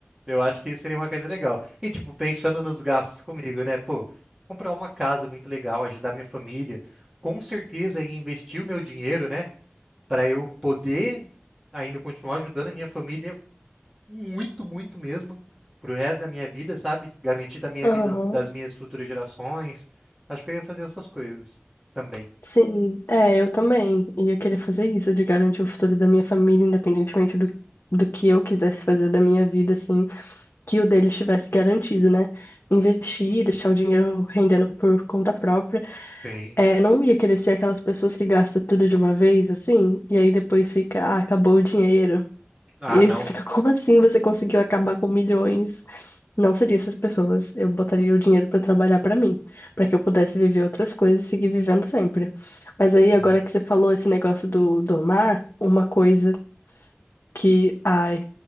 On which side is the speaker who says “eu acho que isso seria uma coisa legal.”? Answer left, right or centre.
Right